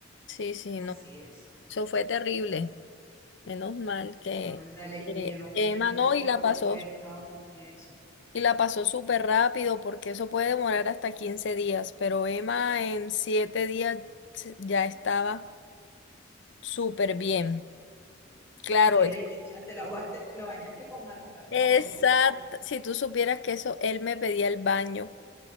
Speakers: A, on the left; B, on the left.
A: Sí, sí,
B: así
A: no.
B: es.
A: Eso fue terrible. Menos mal que
B: Ándale, Pri,
A: eh,
B: yo no tenía
A: Emma
B: ni idea
A: no
B: que
A: y
B: el
A: la
B: gordito
A: pasó
B: había estado con eso.
A: Y la pasó súper rápido porque eso puede demorar hasta 15 días, pero Emma en 7 días se- ya estaba súper bien. Claro,
B: Y que
A: eso.
B: le echaste, la aguaste- lo bañaste con matarratón,
A: Exacto.
B: como dicen las abuelas,
A: Si tú supieras que eso, él me pedía el baño.